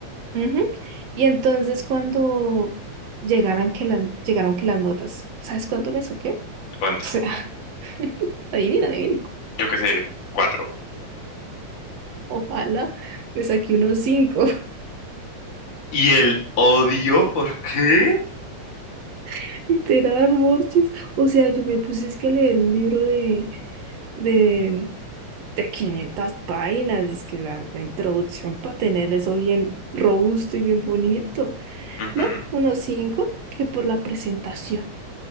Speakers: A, on the right; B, on the left.
A: Ujú. Y entonces cuando llegaran que las, llegaron que las notas, ¿sabes cuánto me saqué?
B: ¿Cuánto?
A: O sea, <laughs> adivina, adivina.
B: Yo qué sé, cuatro.
A: Ojalá me saqué unos cinco.
B: ¿Y el odio? ¿Por qué?
A: <laughs> Literal, Morches. O sea, yo me puse es que a leer un libro de, de, de 500 páginas. Es que la, la introducción para tener eso bien robusto y bien bonito.
B: Ujú.
A: ¿No? Unos cinco que por la presentación.